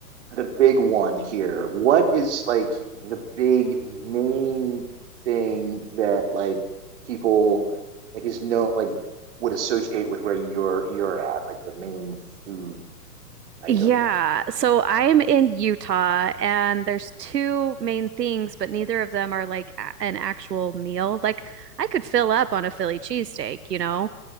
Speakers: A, on the right (about 45°); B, on the right (about 85°).
A: the big one here. What is like the big main thing that like people like is no like would associate with where you're you're at, like the main food item?
B: Yeah. So I'm in Utah and there's two main things, but neither of them are like a an actual meal. Like I could fill up on a Philly cheesesteak, you know?